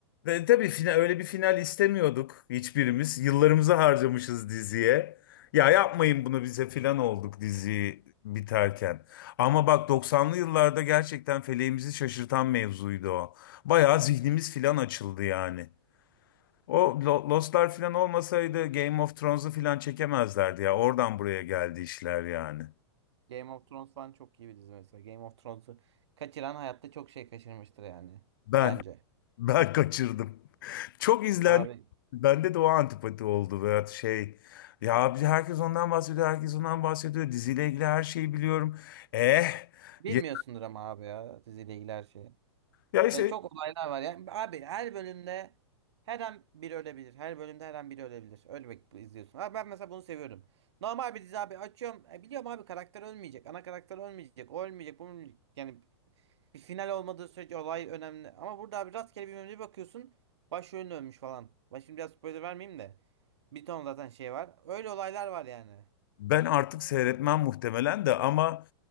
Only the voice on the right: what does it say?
Game of Thrones falan çok iyi bir dizi mesela. Game of Thrones'u kaçıran hayatta çok şey kaçırmıştır yani.
Bence.
Abi
bilmiyorsundur
ama abi ya diziyle ilgili her şeyi.
Yani çok olaylar var yani. Abi her bölümde her an biri ölebilir. Her bölümde her an biri ölebilir. Öyle Ölmek izliyorsun. Abi ben mesela bunu seviyorum. Normal bir dizi abi açıyorum. E, biliyorum abi karakter ölmeyecek. Ana karakter ölmeyecek. O ölmeyecek. Bu ölmeyecek. Yani Bir final olmadığı sürece olay önemli. Ama burada abi rastgele bir mevzuya bakıyorsun. Başrolün ölmüş falan. Ben şimdi biraz spoiler vermeyeyim de. Bir ton zaten şey var. Öyle olaylar var yani.